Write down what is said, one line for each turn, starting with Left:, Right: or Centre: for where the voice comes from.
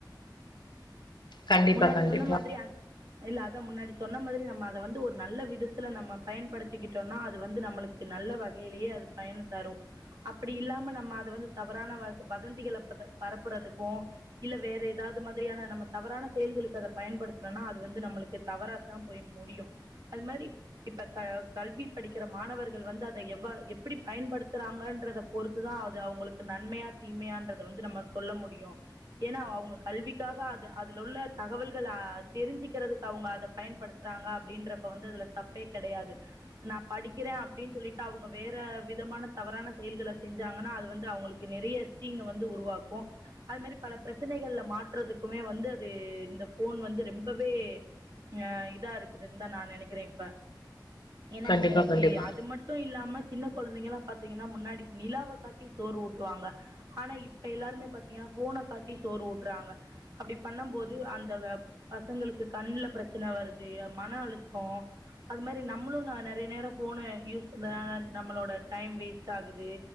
Left: கண்டிப்பா,
Right: முன்னாடி
Left: கண்டிப்பா.
Right: சொன்ன மாதிரி அந் இல்ல அதா முன்னாடி சொன்ன மாதிரி நம்ம அத வந்து ஒரு நல்ல விதத்துல நம்ம பயன்படுத்திக்கிட் போன்னா அது வந்து நம்ளுக்கு நல்ல வகையியே அது பயன் தரு அப்டி இல்லாம நம்ம அத வந்து தவறான வத வதந்திகள பரப்புறதுக்கு இல்ல வேற ஏதாவது மாதிரியான நம்ம தவறான செயல்களுக்கு அத பயன்படுத்துணோனா அது வந்து நம்மளுக்கு தவறாதா போய் முடியு அது மாரி இப்ப க கல்வி படிக்கிற மாணவர்கள் வந்து அத எவ்வா எப்டி பயன்படுத்துறாங்கன்றத பொறுத்துதா அது அவுங்களுக்கு நன்மையா தீமையான்றத வந்து நம்ம சொல்ல முடியு ஏனா அவுங்க கல்விக்காக அது அதுல உள்ள தகவல்கள்ல தெரிஞ்சுக்கிறதுக்கு அவுங்க அத பயன்படுத்துறாங்க அப்டின்றப்ப வந்து அதுல தப்பே கெடயாது நா படிக்கிற அப்டின் சொல்லிட்டு அவுங்க வேற விதமான தவறான செயல்கள செஞ்சாங்கன்னா அது வந்து அவங்களுக் நெறைய தீங்க வந்து உருவாக்கு அது மாரி பல பிரச்சனைகள்ல மாட்றதுக்குமே வந்து அது இந்த ஃபோன் வந்து ரெம்பவே அ இதா இருக்குதுன் தா நா நெனக்கிற இப்ப ஏனா
Left: கண்டிப்பா,
Right: இந்த
Left: கண்டிப்பா.
Right: இ அது மட் டு இல்லாம சின்ன கொழந்தைங்கல்லா பாத்தீங்கன்னா முன்னாடி நிலாவ காட்டி சோறு ஊட்டுவாங்க ஆனா இப்ப எல்லாருமே பாத்தீங்கன்னா ஃபோன காட்டி சோறு வுட்டுறாங்க அப்டி பண்ணம் போ து அந்த பசங்களுக்கு கண்ல ப்ரெச்சன வருது மன அழுத்தோ அது மாரி நம்ளு நா நெறைய நேர ஃபோன யூஸ் பண்றதுன நம்மளோட டைம் வேஸ்ட்டாகுது